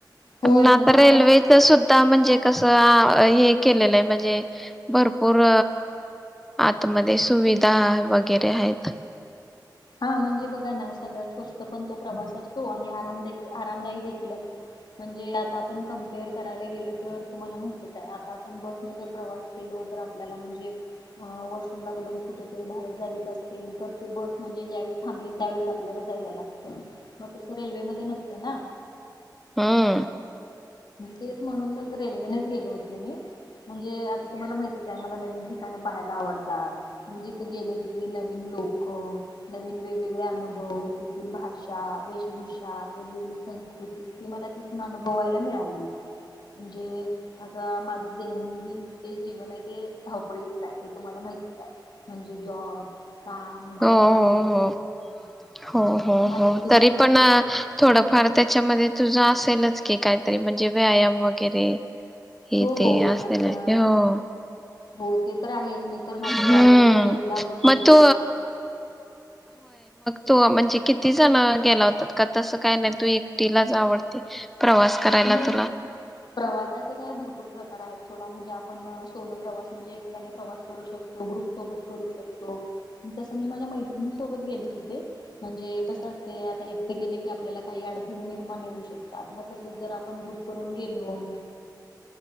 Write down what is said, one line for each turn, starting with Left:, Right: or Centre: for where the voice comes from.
Left: होय
Centre: ना
Left: म्हणजे
Centre: आता रेल्वेच
Left: आराम
Centre: सुद्धा म्हणजे कसं हे केलेलं आहे म्हणजे भरपूर आतमध्ये सुविधा वगैरे आहेत.
Left: हा म्हणजे बघा ना सगळ्यात स्वस्त पण तो प्रवास असतो आणि आरामदा आरामदायी देखील असतो म्हणजे आता आपण कमपेअर करायला गेल तर तुम्हाला माहितीच आहे आता आपण बसने जर प्रवास केलो तर आपल्याला म्हणजे वॉशरूमला वगैरे कुठेतरी बाहेर जायचं असेल तर ते बस म्हणजे ज्यावेळी थांबेल त्यावेळी आपल्याला जायला लागत मग तसं रेल्वे मध्ये नसतं ना.
Centre: हम्म.
Left: तेच म्हणून मग रेल्वेनेच गेलो होते मी म्हणजे आता तुम्हाला माहतीच आहे मला नवीन ठिकाणी पाहायला आवडतात जिथे गेले तिथली नवीन लोक नवीन वेगवेगळे अनुभव तिथील भाषा वेशभूषा वेगवेगळी संस्कृती ती मला तिथून अनुभवायला मिळाली. म्हणजे आता माझे दैनंदिन ते जीवन आहे धावपळीचेच आहे हे तुम्हाला माहित म्हणजे जॉब काम घर
Centre: हो हो
Left: हे एवढं
Centre: हो हो हो
Left: माझ्या
Centre: हो
Left: जीवनात
Centre: तरी पण थोडंफार त्याच्यामध्ये तुझं असेलच की काहीतरी म्हणजे व्यायाम वगैरे. हे
Left: हो हो
Centre: ते
Left: हो
Centre: असेल
Left: माझ्या
Centre: हो.
Left: हो ते तर आहेच मी तर माझी
Centre: हम्म
Left: प्रायोरिटी जिंमला वगैरे
Centre: मग तू तो म्हणजे किती जण गेला होतात का तसं काय नाही तू एकटीलाच आवडते. प्रवास करायला
Left: नाही नाही
Centre: तुला
Left: प्रवासाचे काय भरपूर प्रकार आहेत. सोडा म्हणजे आपण सोलो प्रवास म्हणजे एकट्याने प्रवास करू शकतो, ग्रुपसोबत करू शकतो, तसं मी मैत्रिणींसोबत गेले होते म्हणे कस असत एकटी गेले की आपल्याला काही अडथळे निर्माण होऊ शकतात मग जर आपण ग्रुप करून गेलो. मग